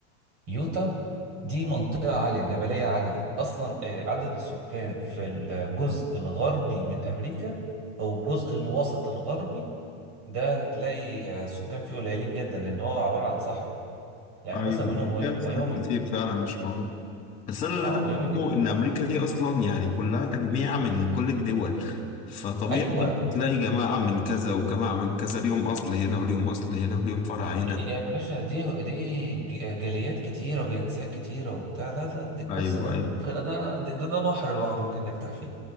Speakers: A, on the right; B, on the left.
A: يوتا دي منطقه عاليه جبليه عاليه اصلا آه، عدد السكان في الجزء الغربي من امريكا او الجزء الوسط الغربي ده هتلاقي آه، السكان فيه قليلين جدا لان هو عباره عن صحراء يعني
B: ايوه
A: مثلا منهم واي-
B: دي مساحات
A: وايومنج
B: كتير فعلا مش معروفه بس انا اللي
A: اه
B: انا
A: وايومنج
B: فاهمه
A: دي وهم
B: ان امريكا دي اصلا يعني كلها تجميع من كل الدول فطبيعي
A: ايوه
B: إنت تلاقي جماعة من كذا وجماعة من كذا ليهم اصل هنا وليهم اصل هنا وليهم فرع هنا
A: يا باشا دي دي ج- جاليات كتيره وجنسيات كتيره وبتاع لا لا دي القصه
B: ايوه
A: دي ممكن
B: ايوه
A: ده ده, ده بحر لوحده ممكن نفتح فيه